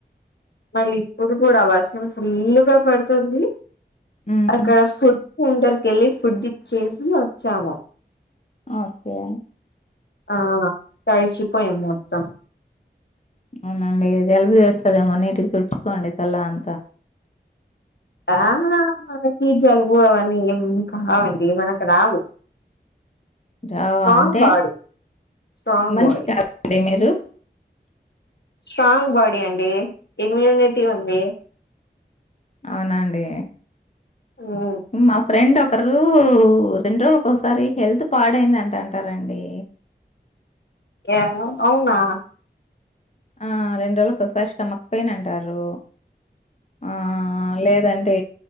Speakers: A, on the left; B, on the left.
A: మళ్ళీ ఇప్పుడు కూడా వర్షం ఫుల్గా పడుతుంది.
B: హ్మ్
A: అక్కడ ఫుడ్ సెంటర్కి వెళ్ళి ఫుడ్ ఇచ్చేసి వచ్చాము.
B: ఓకే
A: ఆ తడిచిపోయ మొత్తం
B: అవునండి జలుబు చేస్తదేమో, నీటికి తుడుచుకోండి తలఅంతా.
A: ఆ మనకి జలుబు అవన్నీ ఏం కావండి. మనకు రావు.
B: జావా
A: స్ట్రాంగ్
B: అంటే
A: బాడి స్ట్రాంగ్
B: మనిషి
A: బాడి
B: కాదండి మీరు
A: స్ట్రాంగ్ బాడీ అండి ఇమ్యూనిటీ ఉంది.
B: అవునండి
A: హ్మ్
B: మా ఫ్రెండ్ ఒ ఒకరు రెండు రోజులక ఒకసారి హెల్త్ పాడయింద అంట అంటారండి.
A: ఏమో అవునా
B: ఆ రెండు రోజులకు ఒకసారి స్టమక్ పెయిన్ అంటారు. ఆ లేదంటే అంటే